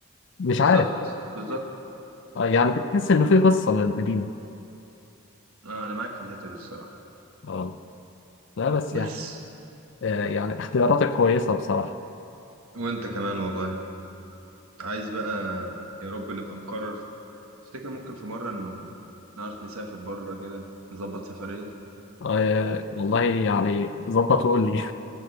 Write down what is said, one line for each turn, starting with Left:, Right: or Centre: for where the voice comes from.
Left: مش
Right: بالظبط
Left: عارف
Right: بالظبط
Left: آه، يعني
Right: صح
Left: بتحس ان في قصه للمدينه
Right: آه، انا معاك في الحتة دي الصراحة
Left: اه لا بس
Right: بس
Left: يعني آه، يعني اختياراتك كويسه بصراحه
Right: وانت كمان والله عايز بقى يا رب نبقى نقرر افتكر ممكن في مرة ن- نعرف نسافر بره كده نظبط سفرية
Left: آه، والله يعني ظبط وقول لي